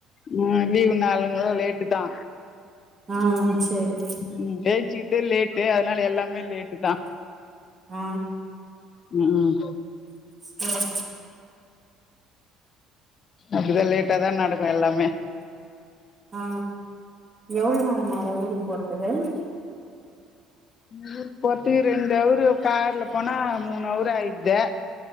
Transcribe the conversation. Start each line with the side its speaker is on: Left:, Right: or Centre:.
Left: ம் லீவு நாளுங்கல்ல லேட்டுதா
Right: ஆ சேரி
Left: ம், எழுந்ச்சுக்கிறதே லேட்டு அதனால எல்லாமே லேட்டு தா
Right: ஆ
Left: ம்
Right: சேரி
Left: அப்படிதா லேட்டாதா நடக்கு எல்லாமே
Right: ஆ எவ்வளோ நேரம் ஆவு ஊருக்கு போறதுக்கு
Left: ஊருக்கு போறதுக்கு ரெண்டு அவரு கார்ல போனா மூணு அவரு ஆயிடுது